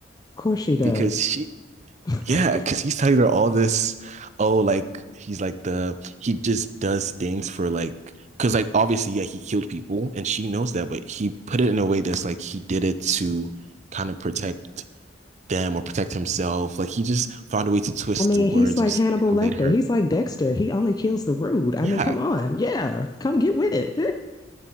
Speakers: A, on the left; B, on the right.
A: Of course she does.
B: because she
A: <laughs> I
B: Yeah, because he's telling her all this, oh, like he's like the he just does things for like because like obviously yeah he killed people and she knows that, but he put it in a way that's like he did it to kind of protect them or protect himself. Like he just found a way to twist
A: mean,
B: the words
A: he's like
B: and just
A: Hannibal
B: manipulate
A: Lecter.
B: her.
A: He's like Dexter. He only kills the rude. I
B: Yeah.
A: mean, come on.
B: <laughs>
A: Yeah, come get with it.